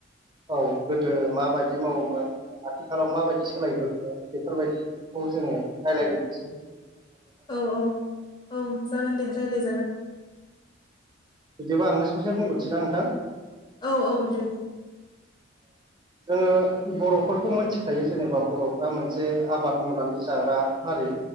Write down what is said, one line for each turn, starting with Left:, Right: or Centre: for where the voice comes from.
Right: औ गोदो माबायदि मावोमोन? आथिखालाव माबायदि सोलायबोखो बेफोरबायदिखौ जोंङो रायज्लायनोसै
Left: औ - औ - औ जागोन दे रायलाय जागोन
Right: बिदिबा आंनो ससे बुंगोरसै ना नोंथां?
Left: औ - औ दे बुं।
Right: जोंङो बर'फोरखौ मोनथिखायो जेनेबा बर'फ्रा मोनसे आबाद मावनानै जाग्रा हारि